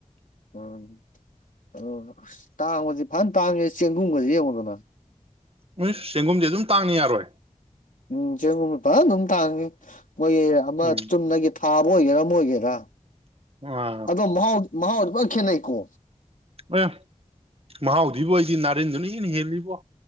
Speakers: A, on the left; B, on the right.
A: ꯎꯝ ꯑ ꯇꯥꯡꯕꯕꯁꯤ ꯐꯅ ꯇꯥꯡꯉꯦ ꯆꯦꯡꯒꯨꯝꯒꯕꯁꯤ ꯌꯦꯡꯉꯨꯗꯅ
B: ꯎꯝ ꯆ‌ꯩꯡꯒꯨꯝꯗꯤ ꯑꯗꯨꯝ ꯇꯥꯡꯅꯤ ꯌꯥꯔꯣꯏ
A: ꯎꯝ ꯆꯦꯡꯒꯨꯝ ꯐꯥꯟꯗꯨꯝ ꯇꯥꯡꯏ ꯃꯣꯏ ꯑꯃ
B: ꯎꯝ
A: ꯆꯨꯝꯅꯒꯤ ꯊꯥꯕ ꯑ‌ꯣꯏꯒ‌ꯦꯔ ꯑꯃꯥ ꯑ‌ꯣꯏꯒ‌ꯦꯔ
B: ꯑꯥ
A: ꯑꯗꯣ ꯃꯥꯍꯥꯎ ꯃꯍꯥꯎ ꯄꯖꯟ ꯈꯦꯠꯅꯩꯀꯣ
B: ꯑꯦ ꯃꯍꯥꯎꯗꯤꯕꯣ ꯑꯩꯗꯤ ꯅꯥꯔꯦꯟꯗꯨꯅ ꯏꯟꯅ ꯍꯦꯜꯂꯤꯕꯣ